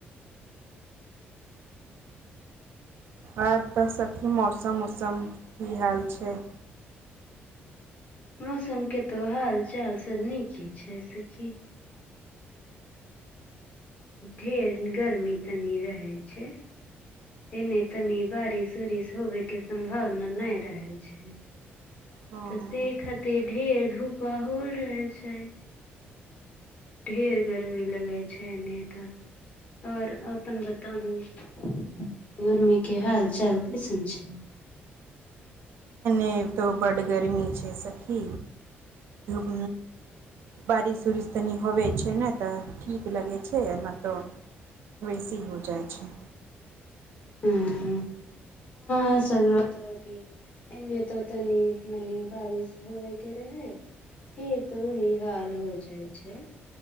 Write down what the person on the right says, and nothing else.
आर तऽ सखी मौसम उसम की हाल छै।
हँ
एतौ बड गर्मी छै सखी धूप बारिश उरिश तनी होवै छै ने तऽ ठीक लगै छै आ न त वैसी हो जाइ छैय।